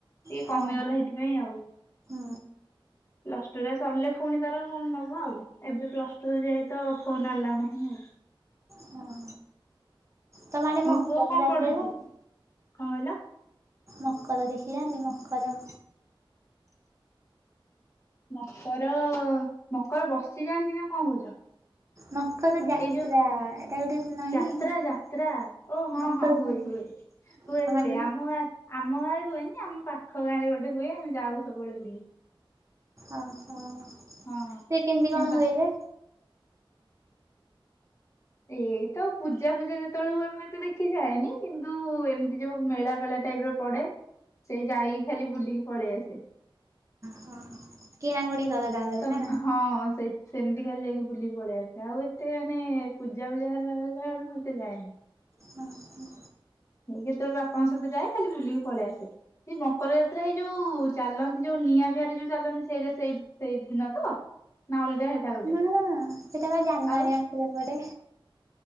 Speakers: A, on the left (about 35°); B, on the right (about 35°).
A: ଟିକେ
B: ହଁ
A: କମିଗଲା ହେଇଥିପାଇଁ ଆଉ।
B: ହୁଁ।
A: ପ୍ଲସଟୁ ରେ ସରିଲେ ପୁଣି ତାର ଫୋନ ନବ ଆଉ। ଏବେ ପ୍ଲସ ଟୁ ଯାଏ ତ ଫୋନ ଆଲାଉ ନାହିଁ ଆଉ।
B: ହଁ ତମ ଆଡ଼େ ମକର
A: ପୁଅ କଣ
B: ଯାତ୍ରା
A: ପଢୁଛି
B: ଯାଆନ୍ତି?
A: କଣ କହିଲ
B: ମକର ଦେଖିିଯାନ୍ତି ମକର!
A: ମକର ମକର ବସିଯାଆନ୍ତି ନା କଣ କହୁଛ?
B: ମକର ଯାତ୍ରା
A: ଏଇ ଯୋଉ
B: ଏଟା ଗୋଟେ ନାହିଁ
A: ଯାତ୍ରା ଯାତ୍ରା ଓ ହଁ
B: ମକର
A: ହଁ
B: ଯାତ୍ରା
A: ହୁଏ ହୁଏ। ହୁଏ
B: ତମ
A: ହୁଏ
B: ଆଡେ
A: ଆମ ଗାଁରେ ଆମ ଗାଁରେ ହୁଏନି ଆମ ପାଖ ଗାଁରେ ଗୋଟେ ହୁଏ ଆମେ ଯାଉ ସବୁବେଳେ ବୁଲି।
B: ଓ ହୋ ସେ
A: ହଁ
B: କେମିତି କଣ
A: ପା
B: ହୁଏ ଯେ?
A: ଏଇତ ପୂଜା ଫୁଜା ଯେତେବେଳେ ହୁଏ ମୁଁ ଏତେ ଦେଖିଯାଏନି। କିନ୍ତୁ ଏମିତି ଯୋଉ ମେଳା ବେଳା ଟାଇପ ର ପଡେ ସେଇ ଯାଇକି ଖାଲି ବୁଲିକି ପଳେଇ ଆସେ।
B: ହଁ କିଣାକୁୁଣି କର ତାପରେ
A: ତ
B: ନା।
A: ହଁ ସେଇଠୁ। ସେମିତି ଖାଲି ଯାଇକି ବୁଲିକି ପଳେଇ ଆସେ ଆଉ ଏତେ ମାନେ ପୂଜା ଫୁଜା ହେଲା ବେଳୁ ମୁଁ ଏତେ ଯାଏନି।
B: ହଁ ହଁ।
A: କେତେବେଳେ ବାପାଙ୍କ ସହିତ ଯାଏ ଖାଲି ବୁଲିକି ପଳେଇ ଆସେ। ସେଇ ମକର ଯାତ୍ରା ଏଇ ଯୋଉ ଚାଲନ୍ତି ଯୋଉ ନିଆଁ ଫିଆଁରେ ଯୋଉ ଚାଲନ୍ତି ସେଇଟା ସେଇ ସେଇଦିନ ତ? ନା ଅଲଗା ହେଟା ଗୋଟେ।
B: ନା ସେଟା ବା ଜାନୁଆରୀ
A: ଆଉ
B: ମାସରେ ପଡେ।